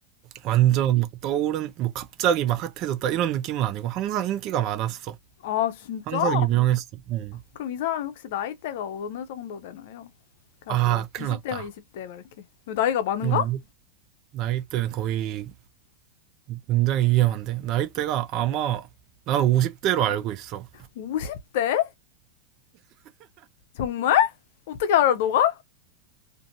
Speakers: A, on the right (about 45°); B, on the left (about 65°).
A: 완전 막 떠오른 뭐 갑자기 막 핫해졌다 이런 느낌은 아니고 항상 인기가 많았어.
B: 아, 진짜?
A: 항상 유명했어. 응.
B: 그럼 이 사람이 혹시 나이대가 어느 정도 되나요? 그러니까
A: 아,
B: 뭐,
A: 큰일
B: 20대면
A: 났다.
B: 20대, 막 이렇게. 나이가 많은가?
A: 이거 너무 나이대는 거의 굉장히 위험한데. 나이대가 아마 난 50대로 알고 있어.
B: 50대? 정말? 어떻게 알아, 너가?